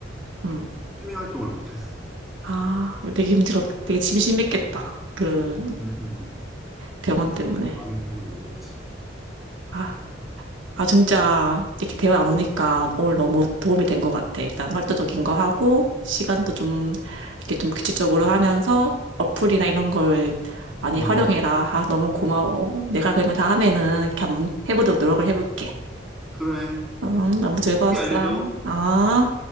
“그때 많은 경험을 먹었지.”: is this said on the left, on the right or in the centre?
Centre